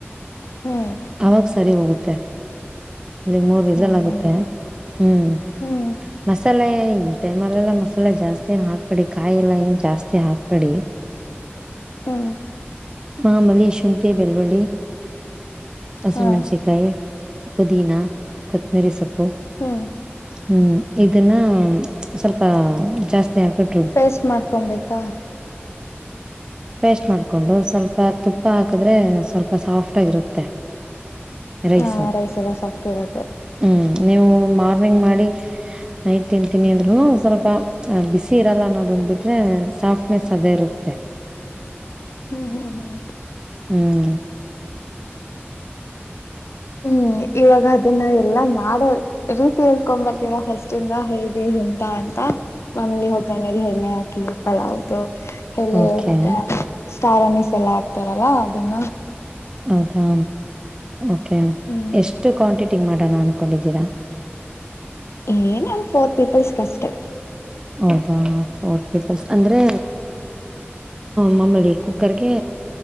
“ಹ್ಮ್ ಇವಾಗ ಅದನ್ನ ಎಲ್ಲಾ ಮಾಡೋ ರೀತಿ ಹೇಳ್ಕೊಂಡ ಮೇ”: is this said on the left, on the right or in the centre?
Left